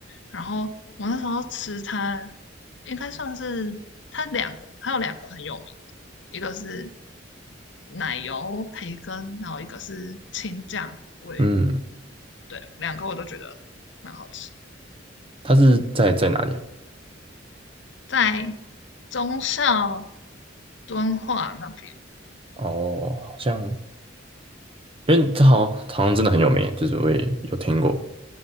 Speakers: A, on the left; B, on the right.
A: 然后我那时候吃它，应该算是它两个，还有两个很有名的，一个是奶油培根，然后一个是青酱鲑鱼，
B: 嗯，
A: 对，两个我都觉得蛮好吃，
B: 它是在在哪里啊？
A: 在中校敦化那边吧，
B: 哦，好像因为这好像好像真的很有名，就是我也有听过。